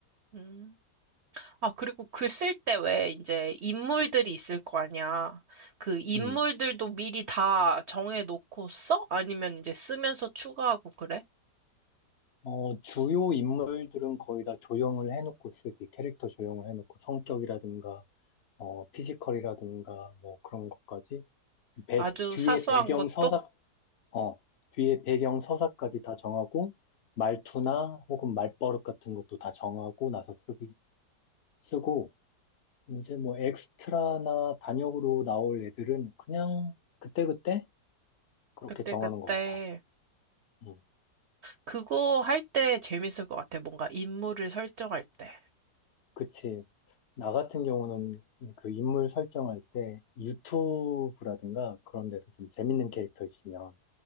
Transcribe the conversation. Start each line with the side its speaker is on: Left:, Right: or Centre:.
Right: 음. 아, 그리고 글 쓸 때 왜 이제 인물들이 있을 거 아니야. 그 인물들도
Left: 음.
Right: 미리 다 정해놓고 써? 아니면 이제 쓰면서 추가하고 그래?
Left: 어, 주요 인물들은 거의 다 조형을 해놓고 쓰지. 캐릭터 조형을 해놓고 성격이라든가, 어, 피지컬이라든가, 뭐 그런 것까지. 배,
Right: 아주
Left: 뒤에
Right: 사소한
Left: 배경
Right: 것도?
Left: 서사, 어, 뒤에 배경 서사까지 다 정하고, 말투나 혹은 말버릇 같은 것도 다 정하고 나서 쓰기, 쓰고, 이제 뭐 엑스트라나 단역으로 나올 애들은 그냥 그때그때 그렇게
Right: 그때,
Left: 정하는
Right: 그때.
Left: 것 같아. 음,
Right: 그거 할 때 재밌을 것 같아. 뭔가 인물을 설정할 때.
Left: 그치. 나 같은 경우는 그 인물 설정할 때 유튜브라든가 그런 데서 좀 재밌는 캐릭터 있으면